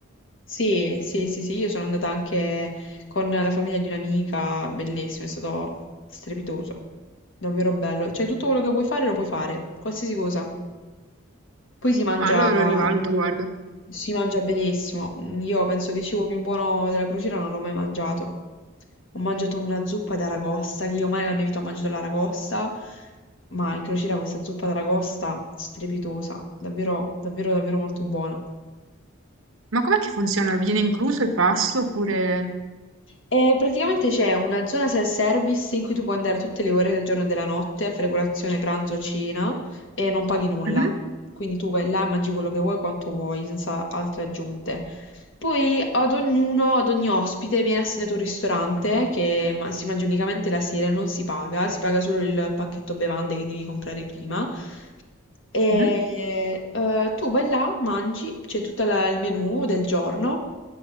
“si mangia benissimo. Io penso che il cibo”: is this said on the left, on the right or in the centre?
Left